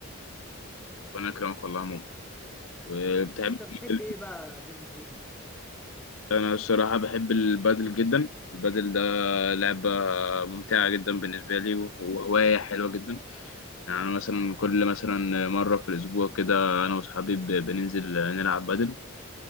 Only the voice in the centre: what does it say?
ان شاء الله انت بتحب
ايه بقى غير الجيم